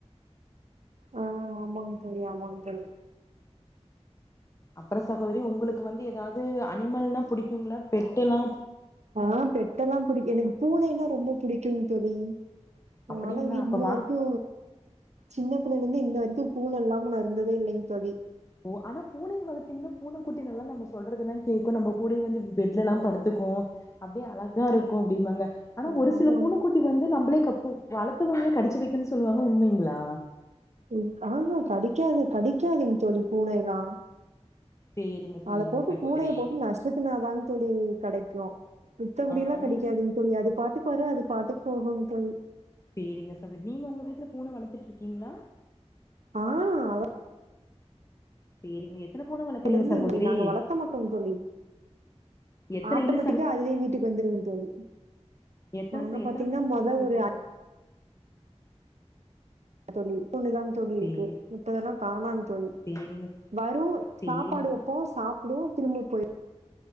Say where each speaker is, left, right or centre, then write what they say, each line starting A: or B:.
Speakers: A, on the right; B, on the left.
A: ஆ ஆமாங் தோழி ஆமாங் தோழி
B: அப்றோ சகோதிரி உங்களுக்கு வந்து எதாது அனிமல் னா புடிக்குங்ளா பெட்டெல்லா
A: ஆ பெட்டெல்லா புடி எனக்கு பூனைன்னா ரொம்ப புடிக்குங் தோழி அதனால
B: அப்டிங்களா
A: வி
B: அப்ப
A: இன்ன
B: வாங்க
A: வரைக்கு சின்ன பிள்ளைலந்து இன்ன வரைக்கு பூன இல்லாம நா இருந்ததே இல்லைங் தோழி
B: ஓ ஆனா பூனைய வளத்தீங்னா பூனை குட்டிங்கள்லா நம்ம சொல்றதெல்லா கேக்கு நம்ப கூடயே வந்து பெட்லலா படுத்து கு அப்டியே அழகாருக்கு அப்டிம்பாங்க ஆனா
A: ஆமாங்க
B: ஒரு சில பூன குட்டி வந்து நம்பளே கப்பு வளத்தவங்ளே கடிச்சு வெக்குன் சொல்லுவாங்க உண்மைங்ளா
A: ம் கா ஆ கடிக்காது கடிக்காதுங் தோழி பூனயெல்லா
B: சேரிங்க சேரிங்க
A: அத போட்டு
B: சகோதரி
A: பூனைய போட்டு நசுக்குனாதாங் தோழி கடைக்கு மித்தபடில்லா
B: ஆ
A: கடிக்காதுங்
B: நீ
A: தோழி அது பாட்டுக்கு வரு அது பாட்டுக்கு போகுங் தோழி
B: சேரிங்க சகோ நீங்க உங்க வீட்ல பூன வளத்துட்ருக்கீங்ளா
A: ஆ அத
B: சேரிங்க எத்தன பூன வளக்குறீங்க
A: அல்லருந்து
B: சகோதரி
A: நாங்க வளத்த மாட்டோ தோழி
B: எத்தன
A: ஆட்டோமெட்டிக்கா
B: இல்ல
A: அதுவே வீட்டுக்கு வந்துருங் தோழி
B: எத்தண
A: நாங்க
B: ச எத்தண
A: பாத்தீங்கன்னா
B: பூன செவக்க
A: மொத
B: வச்சிருக்கு
A: ஒரு தோழி ஒண்ணுதாங் தோழி
B: சேரி
A: இருக்கு மித்ததெல்லா காணாங் தோழி
B: சேரிங்க
A: வரு
B: சேரிங்க
A: சாப்பாடு வப்போ சாப்டு திரும்ப போய்